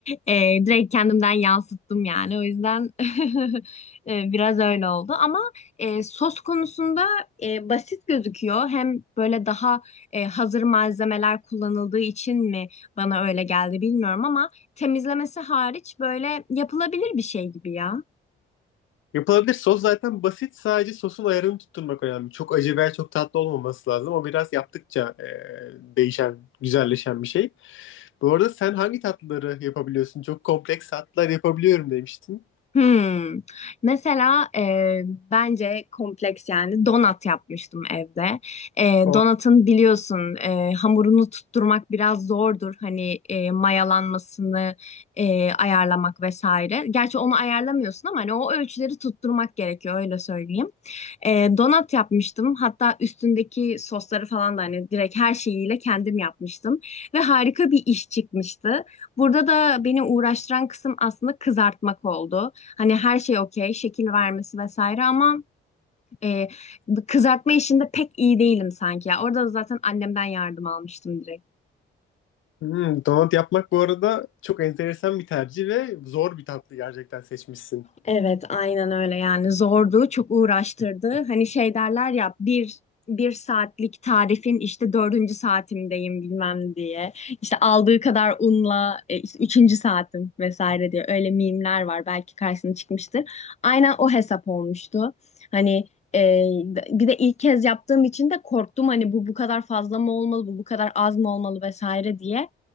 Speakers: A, on the left (about 35°); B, on the left (about 80°).
A: Ee, direkt kendimden yansıttım yani. O yüzden <laughs> e, biraz öyle oldu. Ama e, sos konusunda e, basit gözüküyor. Hem böyle daha e, hazır malzemeler kullanıldığı için mi bana öyle geldi bilmiyorum ama temizlemesi hariç böyle yapılabilir bir şey gibi ya.
B: Yapılabilir. Sos zaten basit. Sadece sosun ayarını tutturmak önemli. Çok acı veya çok tatlı olmaması lazım. O biraz yaptıkça e, değişen, güzelleşen bir şey. Bu arada sen hangi tatlıları yapabiliyorsun? Çok kompleks tatlılar yapabiliyorum demiştin.
A: Hmm. Mesela e, bence kompleks yani donat yapmıştım evde. E,
B: O-
A: donatın biliyorsun e, hamurunu tutturmak biraz zordur. Hani e, mayalanmasını e, ayarlamak vesaire. Gerçi onu ayarlamıyorsun ama hani o ölçüleri tutturmak gerekiyor öyle söyleyeyim. E, donat yapmıştım. Hatta üstündeki sosları falan da hani direkt her şeyiyle kendim yapmıştım. Ve harika bir iş çıkmıştı. Burada da beni uğraştıran kısım aslında kızartmak oldu. Hani her şey okey, şekil vermesi vesaire ama e, kızartma işinde pek iyi değilim sanki ya. Orada da zaten annemden yardım almıştım direkt.
B: Hmm, donut yapmak bu arada çok enteresan bir tercih ve zor bir tatlı gerçekten seçmişsin.
A: Evet, aynen öyle yani zordu, çok uğraştırdı. Hani şey derler ya bir bir saatlik tarifin işte dördüncü saatimdeyim bilmem diye. İşte aldığı kadar unla e, işte üçüncü saatim vesaire diye öyle mimler var belki karşısına çıkmıştır. Aynen o hesap olmuştu. Hani e, bir de ilk kez yaptığım için de korktum hani bu bu kadar fazla mı olmalı, bu bu kadar az mı olmalı vesaire diye.